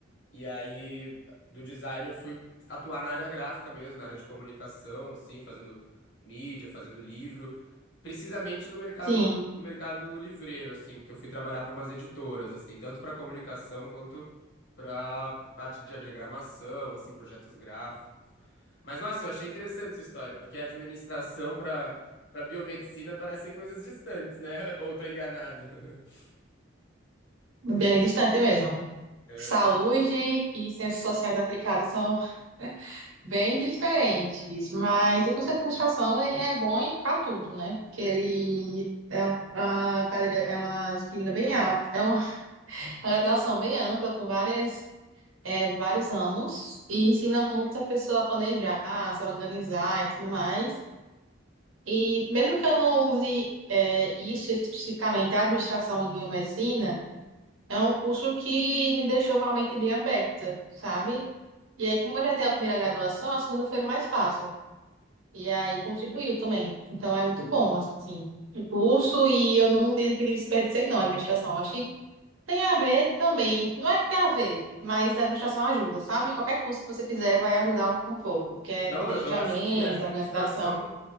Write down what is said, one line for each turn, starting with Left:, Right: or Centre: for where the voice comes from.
Left: E aí, do design, eu fui atuar na área gráfica mesmo, na área de comunicação, assim, fazendo mídia, fazendo livro, precisamente no mercado,
Right: Sim,
Left: no mercado livreiro, assim, porque eu fui trabalhar para umas editoras, assim, tanto para comunicação quanto para parte de diagramação, assim, projetos gráficos. Mas, nossa, eu achei interessante essa história, porque a administração para para biomedicina parecem coisas distantes, né? <laughs> Ou tô enganado. <laughs>
Right: bem distante mesmo.
Left: Eh,
Right: Saúde
Left: e-
Right: e ciências sociais aplicadas são. <laughs> bem diferentes, mas o curso de administração ele é bom para tudo, né? Porque ele é uma cadeira, é uma disciplina bem alta, é uma <laughs> uma graduação bem ampla com várias é, vários ramos e ensina muito a pessoa a planejar, a se organizar e tudo mais. E mesmo que eu não use é, isso especificamente, a administração em biomedicina é um curso que me deixou com a mente bem aberta, sabe? E aí, como eu já tenho a primeira graduação, a segunda foi mais fácil. E aí contribuiu também. Então é muito bom, assim, o curso, e eu não digo que desperdicei, não, a administração. Acho que tem a ver também. Não é que tem a ver, mas a administração ajuda, sabe? Qualquer curso que você fizer vai ajudar um, um pouco, porque é
Left: Não,
Right: planejamento,
Left: eu, eu acho que a administração
Right: organização.